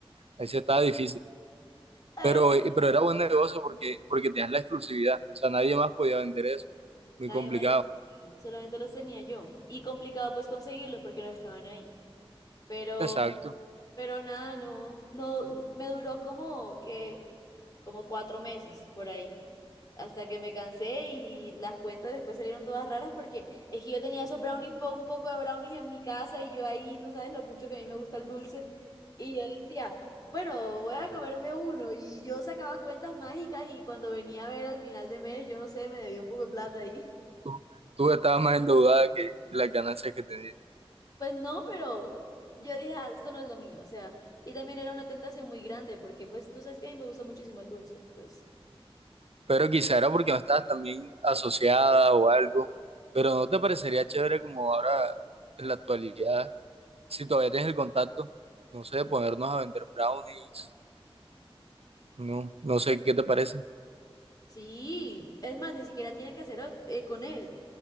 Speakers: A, on the right; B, on the left.
A: ahí sí estaba difícil.
B: Además,
A: Pero, eh, pero era buen negocio porque, porque tenías la exclusividad. O sea, nadie más podía vender eso. Muy
B: Nadie
A: complicado.
B: más los tenía, solamente los tenía yo. Y complicado pues conseguirlos porque no estaban ahí. Pero,
A: Exacto.
B: pero nada, no, no, me duró como que, como cuatro meses por ahí. Hasta que me cansé y las cuentas después salieron todas raras porque es que yo tenía esos brownies, po- un poco de brownies en mi casa y yo ahí, tú sabes lo mucho que a mí me gusta el dulce. Y yo decía, bueno, voy a comerme uno. Y yo sacaba cuentas mágicas y cuando venía a ver al final de mes, yo no sé, me debía un poco de plata ahí.
A: Tú, tú estabas más endeudada que las ganancias que tenías.
B: Pues no, pero yo dije, "Ah, esto no es lo mío, o sea, y también era una tentación muy grande porque pues tú sabes que a mí me gusta muchísimo el dulce, entonces
A: Pero quizá era porque no estabas también asociada o algo. Pero ¿no te parecería chévere como ahora en la actualidad, si todavía tienes el contacto, no sé, ponernos a vender brownies? No, no sé, ¿qué te parece?
B: sí, es más, ni siquiera tiene que ser eh, con él.